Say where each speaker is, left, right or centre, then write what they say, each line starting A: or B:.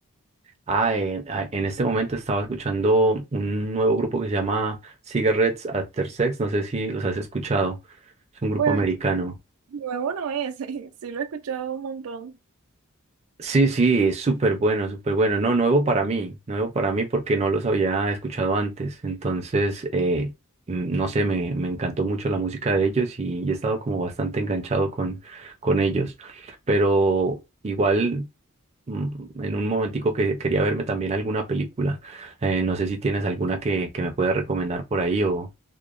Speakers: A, on the right; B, on the right.
A: Ah, en, ah, en este momento estaba escuchando un nuevo grupo que se llama Cigarettes After Sex, no sé si los has escuchado, es un grupo
B: Pues
A: americano.
B: nuevo no es, <laughs> sí lo he escuchado un montón.
A: Sí, sí, es súper bueno, súper bueno. No, nuevo para mí, nuevo para mí porque no los había escuchado antes. Entonces, eh, mm, no sé, me, me encantó mucho la música de ellos y he estado como bastante enganchado con, con ellos. Pero igual, mm, en un momentico que quería verme también alguna película. Eh, no sé si tienes alguna que, que me pueda recomendar por ahí o,